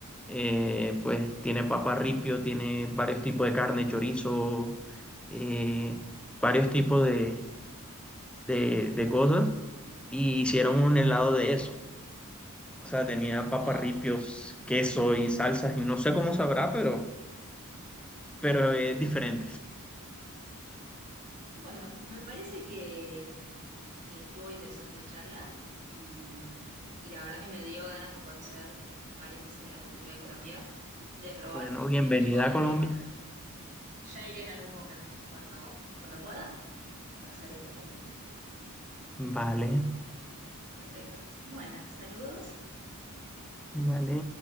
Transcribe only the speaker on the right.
Wow.
Bueno, me parece que, que estuvo interesante la charla y, y la verdad que me dio ganas de conocer varias cosas de la cultura de Colombia, de probar
distintos
tipos de
arepas. Ya iré en algún momento, cuando, cuando pueda, pasaré por Colombia.
Perfecto. Bueno, saludos.